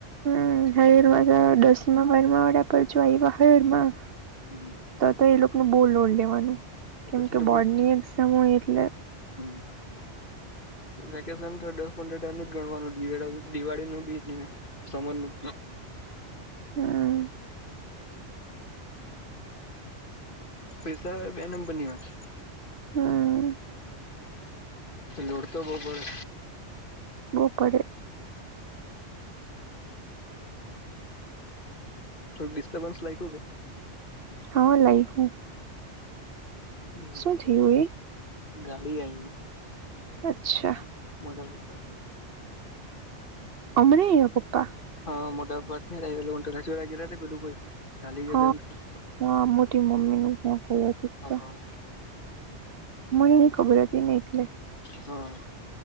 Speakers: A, on the right; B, on the left.
A: હમમ હયુર માં દસમા વારમાં વળ્યા પર જો આવ હયુર માં
B: હમ
A: તો તો એ લોકોને બહુ લોડ લેવાનું
B: વેકેશન
A: કેમ કે
B: તો
A: બોર્ડની
B: ભૂલી જ
A: એક્ઝામ હોય એટલે
B: હમ વેકેશન તો દસ પંદર <unintelligible> નું જ ગણવાનું દિવાળી દિવાળી નું બી ને સમર નું
A: હમ
B: પૈસા હવે બે નંબર ની વાત છે
A: હમ
B: લોડ તો બહુ પડે
A: બહુ પડે
B: થોડીક ડિસ્ટર્બન્સ લાગ્યું કે
A: હા લાગ્યું
B: હમ
A: શું થયું એ?
B: ગાડી આઈ.
A: અચ્છા.
B: મોટર <unintelligible>
A: અમે નઈ પપ્પા.
B: હા મોટાપાથી લઈ હું તને બલું કોઈ ચાલી ગયેલું
A: હા
B: એમ
A: હા મોટી મમ્મી નું ક્યાં કઈ હતું
B: હા
A: કઈ. મન નઈ ખબર હતીને એટલે.
B: હા.